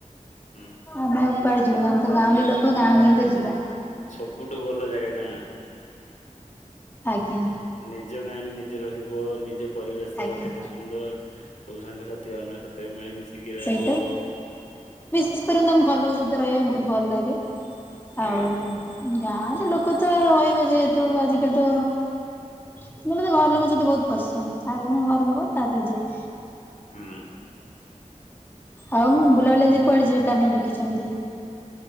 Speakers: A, on the left (about 65°); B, on the left (about 15°).
A: ହୁଁ ହୁଁ
B: ଆମେ ଆଉ କୁଆଡେ ଯିବୁ ଆମେ ତ ଗାଁଉଲି ଲୋକ ଗାଁ କୁ ହିଁ ତ ଯିବା।
A: ସବୁଠୁ ଭଲ ଜାଗା ଗାଁ।
B: ଆଜ୍ଞା।
A: ନିଜ ଗାଁ ରେ ନିଜେ ରହିବ। ନିଜ ପରିବେଶ
B: ଆଜ୍ଞା।
A: କେତେ ସୁନ୍ଦର। ସବୁ ସାଙ୍ଗସାଥି ଅନାସତେ ମିଳି ମିଶିକି ରହିବ।
B: <unintelligible> ଆମ ଘର ଲୋକ ଙ୍କ ସହିତ ରହିବା ପାଇଁ ବହୁତ ଭଲ ଲାଗେ।
A: ଆଜ୍ଞା
B: ଆଉ ଗାଁରେ ଲୋକ ତ ରହିବେ ଯେହେତୁ ଆଜିକାଲି ତ କିନ୍ତୁ ମୋତେ ଘର ଲୋକଙ୍କ ସହିତ ବହୁତ ପସନ୍ଦ। ଆଗେ ମୋ ଘର ଲୋକ ତାପରେ ଯିଏ।
A: ହୁଁ।
B: ଆଉ ବୁଲାବୁଲିି କୁଆଡେ ଯିବେ ପ୍ଲାନିଂ ରଖିଛନ୍ତି?